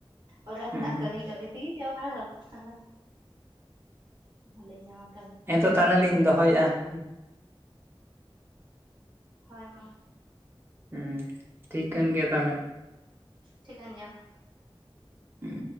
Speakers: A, on the right (about 50°); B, on the right (about 25°).
A: ᱚᱲᱟᱜ
B: ᱦᱮᱸ
A: ᱨᱮᱱᱟᱜ ᱠᱟᱹᱢᱤ ᱠᱟᱹᱢᱤ ᱛᱮᱜᱮ ᱪᱟᱵᱟᱜ-ᱟ ᱚᱠᱛᱚ ᱫᱚ ᱾ ᱵᱟᱹᱞᱤᱧ ᱧᱟᱢᱟ ᱾
B: ᱦᱮᱸᱛᱚ ᱛᱟᱦᱚᱞᱮ ᱞᱤᱧ ᱫᱚᱦᱚᱭᱮᱫ-ᱟ ᱾
A: ᱦᱳᱭ ᱢᱟ ᱾
B: ᱦᱮᱸ, ᱴᱷᱤᱠ ᱠᱟᱱ ᱜᱮᱭᱟ ᱛᱟᱦᱞᱮ ᱾
A: ᱴᱷᱤᱠᱟᱹᱧ ᱧᱟᱢᱟ
B: ᱦᱮᱸ